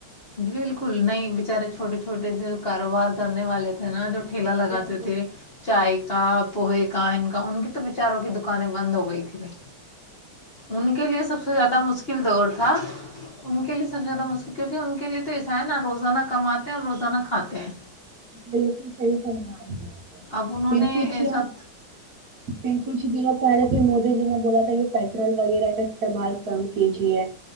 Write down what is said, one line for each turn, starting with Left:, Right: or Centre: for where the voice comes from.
Left: بالکل نہیں بچارے چھوٹے چھوٹے جو کاروبار کرنے والے تھے نا جو ٹھیلا لگاتے
Right: بالکل
Left: تھے چائے کا پوہے کا ان کا ان کی تو بیچاروں کی دکانیں بند ہو گئی تھھی بھائی ان کے لیے سب سے زیادہ مشکل دور تھا ان کے لیے سب سے زیادہ مشکل کیونکہ ان کے لیے تو ایسا ہے نا روزانہ کماتے ہیں اور روزانہ کاتے ہے
Right: بالکل صحیح فرما رہی ہیں
Left: اب انہوں
Right: پھر
Left: نے
Right: کچھ
Left: ایسا
Right: پھر کچھ دنوں پہلے پھر مودی جی نے بولا تھا یہ پیٹرول وغیرہ کا استعمال کم کیجی ہے